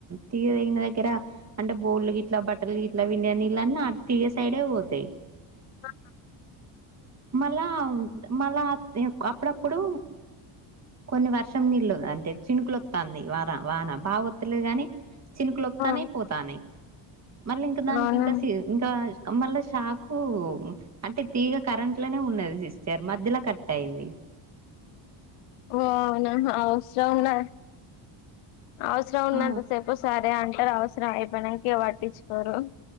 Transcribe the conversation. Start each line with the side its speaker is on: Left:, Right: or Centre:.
Right: తీగదగిన దగ్గర అంటే బోల్డ్లు గ ఇట్లా బట్టలు ఇట్లా విలా నీళ్ళ అన్నా అతిన్న సైడేపోతయి
Left: ఆ
Right: మళ్ళ అ మళ్ళ అ అప్పుడుఅప్పుడు కొన్ని వర్షం నీళ్ళు అంటే చినుకులు వస్తుంది వన వాన బాగోత్తా యి లే గాని చినుకులు వొత్తన్నాయి.
Left: ఉమ్,
Right: పోతానయి మళ్ళీ ఇంకా దానికి
Left: అవునా
Right: ఇంకా ఇంకా మళ్ళ షాకు అంటే తీగ కరెంట్ లోనే ఉన్నది సిస్టర్ మధ్యలో కట్ టైయింది
Left: అ అవునా అవసరం ఉన్నా అవసరం ఉన్నా
Right: ఆ
Left: అంత సేపుస సరే అంటారు అవసరం అయిపోయినానికి పట్టించుకోరు